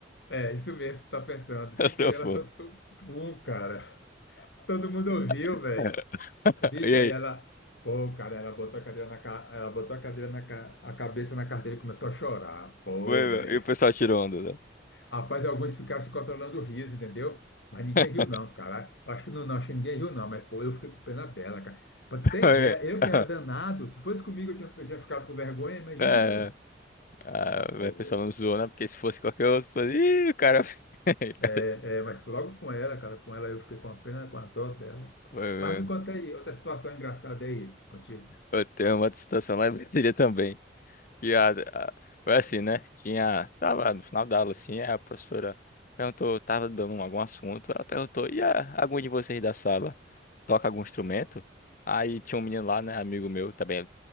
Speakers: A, on the left; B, on the left.
A: é isso mesmo que tu tá pensando. Sem
B: Eu
A: querer,
B: tô
A: ela soltou um pum, cara. Todo mundo ouviu,
B: <laughs>
A: velho. Bicho,
B: E aí?
A: aí ela, pô, cara, ela botou a cadeira na, ca- ela botou a cadeira na ca- a cabeça na carteira e começou a chorar. Pô,
B: Foi, meu.
A: velho.
B: E o pessoal tirou onda, né?
A: Rapaz, alguns ficaram se controlando o riso, entendeu? Mas ninguém
B: <laughs>
A: riu, não, cara. Eu Acho que não, não, acho que ninguém riu, não. Mas, pô, eu fiquei com pena dela, cara. Pra tu ter
B: Foi.
A: ideia, eu
B: Ah,
A: que era danado, se fosse comigo eu tinha, eu tinha ficado com vergonha, imagine
B: É.
A: ela.
B: é. Ah,
A: Pô,
B: o pessoal não zoou, né? Porque se fosse qualquer outro, falei, Ih, o cara. <laughs>
A: é, é, mas logo com ela, cara, com ela eu fiquei com a pena, com a dor dela.
B: Foi mesmo.
A: Mas me conta aí, outra situação engraçada aí contigo.
B: Eu tenho uma situação lá em Brasília também. que a, a- foi assim, né? Tinha, tava no final da aula, assim, a professora perguntou, tava dando um, algum assunto, ela perguntou, e a, algum de vocês da sala toca algum instrumento? Aí tinha um menino lá, né, amigo meu, também,